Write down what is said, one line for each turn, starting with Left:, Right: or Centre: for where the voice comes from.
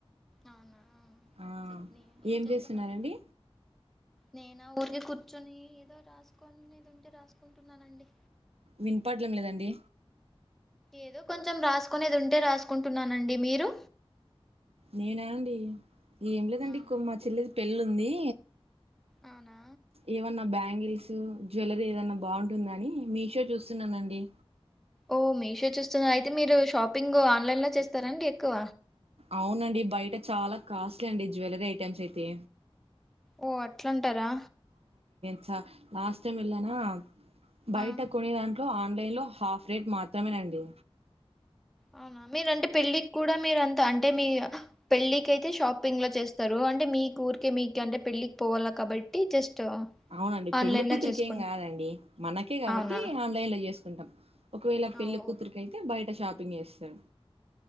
Centre: అవునా
Right: ఆ
Centre: చట్నీ
Right: ఏం
Centre: చేస్తున్నారు
Right: చేస్తున్నారండి
Centre: నేనా ఊరికే కూర్చొని ఏదో రాసుకొనేది ఉంటే రాసుకుంటున్నానండి
Right: విన్ పడడం లేదండి
Centre: ఏదో కొంచం రాసుకునేది ఉంటే రాసుకుంటున్నానండి మీరు
Right: నేనా అండి ఏం లేదండి
Centre: అవునా
Right: కు మా చెల్లెది పెళ్లుంది
Centre: అవునా
Right: ఏమన్నా బ్యాంగిల్సు జ్యువెల్లరీ ఏదన్నా బాగుంటుందని మీషో చూస్తున్నానండి
Centre: ఓ మీషో చూస్తున్నారా అయితే మీరు షాపింగు ఆన్లైన్ లో చేస్తారాండి ఎక్కువ
Right: అవునండి బయట చాలా కాస్ట్లీ అండి జ్యువెల్లరీ ఐటెమ్స్ అయితే
Centre: ఓ అట్లంటరా
Right: చ్చ లాస్ట్ టైం వెళ్ళానా బయట
Centre: ఆ
Right: కొనిదాంట్లో న్లైన్లో హాఫ్ రేట్ మాత్రమేనండి
Centre: అవునా మీరంటే పెళ్ళికి కూడా మీరు అంతా అంటే మీ పెళ్ళికైతే షాపింగ్ లో చేస్తారు అంటే మీ ఊరికే మీకే అంటే పె ళ్లికి పోవాలా కాబట్టి జస్ట్
Right: అవునండి పెళ్లి
Centre: ఆన్లైన్
Right: కూతురికేం
Centre: లో చేసుకుం
Right: కాదండి మనకే కాబట్టి
Centre: అవునా
Right: ఆన్లైన్ లో చేసుకుంటాం ఒకవేళ
Centre: ఆ
Right: పెళ్ళి
Centre: ఓ
Right: కూతురుకైతే బయట షాపింగ్ చేస్తడు